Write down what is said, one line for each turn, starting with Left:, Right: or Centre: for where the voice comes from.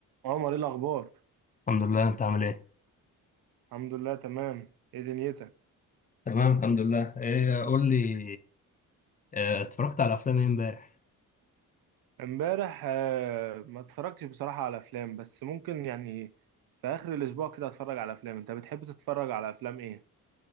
Right: عمر ايه الاخبار
Left: الحمد لله انت عامل ايه
Right: الحمد لله تمام ايه دنيتك
Left: تمام الحمد لله ايه قول لي اه، اتفرجت على افلام ايه امبارح
Right: امبارح آه، ما اتفرجتش بصراحة على افلام بس ممكن يعني في اخر الاسبوع كده اتفرج على افلام انت بتحب تتفرج على افلام ايه